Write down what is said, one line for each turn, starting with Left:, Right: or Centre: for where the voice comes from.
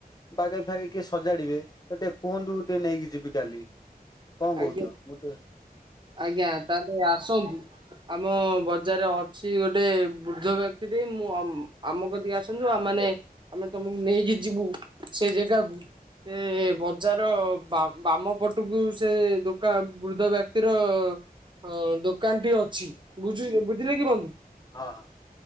Left: ବାଗେଇ ଫାଗେଇ କିଏ ସଜାଡିବେ ତ ଟିକେ କୁହନ୍ତୁ ଟିକେ ନେଇକି ଯିବି କାଲି କଣ କହୁଛ
Right: ଆଜ୍ଞା
Left: ମତେ
Right: ଆଜ୍ଞା ତାହେଲେ ଆସନ୍ତୁ ଆମ ବଜାରରେ ଅଛି ଗୋଟେ ବୃଦ୍ଧ ବ୍ୟକ୍ତି ଟ ମୁଁ ଆମକୁ ଟିକେ ଆସ ମାନେ ଆମେ ତମକୁ ନେଇକି ଯିବୁ ସେ ଜାଗାକୁ ସେ ବଜାର ବାମ ପଟକୁ ସେ ଦୋକ ବୃଦ୍ଧ ବ୍ୟକ୍ତିର ହଁ ଦୋକାନଟି ଅଛି ବୁଝୁ ବୁଝିଲେ କି ବଧୁ
Left: ହଁ ହଁ